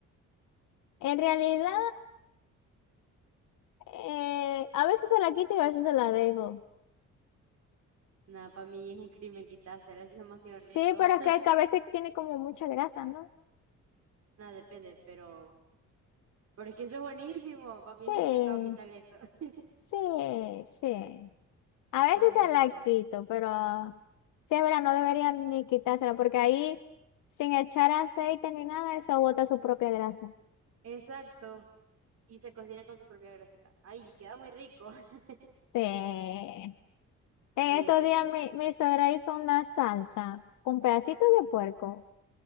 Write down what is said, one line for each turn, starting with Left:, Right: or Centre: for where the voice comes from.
Left: En realidad, eh, a veces se la quito y a veces se la dejo.
Right: Nada, para mí es un crimen quitársela, eso es demasiado
Left: Sí,
Right: rico.
Left: pero
Right: <laughs>
Left: es que a veces tiene como mucha grasa, ¿no?
Right: Nada, depende, pero... Pero es que eso es buenísimo, para
Left: Sí,
Right: mí eso es pecado quitarle eso. <laughs>
Left: sí, sí. A veces
Right: Sabe
Left: se
Right: muy rico.
Left: la quito, pero sí es verdad, no deberían ni quitársela, porque ahí, sin echar aceite ni nada, eso bota su propia grasa.
Right: Exacto, y se cocina con su propia grasita. Ay, queda muy rico. <laughs>
Left: Sí. En estos
Right: Sí, yo
Left: días mi,
Right: se le
Left: mi
Right: saco.
Left: suegra hizo una salsa con pedacitos de puerco.